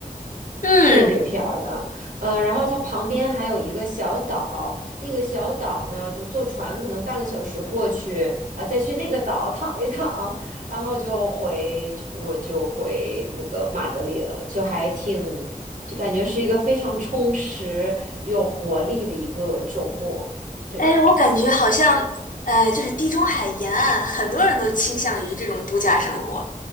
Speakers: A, on the left; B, on the right.
A: 嗯。
B: 特别漂亮。呃，然后它旁边还有一个小岛，那个小岛呢，就坐船可能半个小时过去啊，再去那个岛躺一躺，然后就回就我就回那个马德里了，就还挺就感觉是一个非常充实、有活力的一个周末，这样，
A: 哎，我感觉好像，呃，就是地中海沿岸，很多人都倾向于这种度假生活，